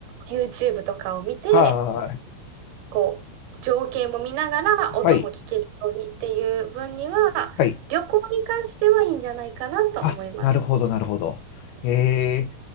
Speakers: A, on the right; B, on the left.
A: YouTube とかを見て、
B: はーい。
A: こう、情景も見ながら音も聞けるようにっていう分には、
B: はい。はい。
A: 旅行に関してはいいんじゃないかなと思います。
B: あ、なるほど、なるほど。え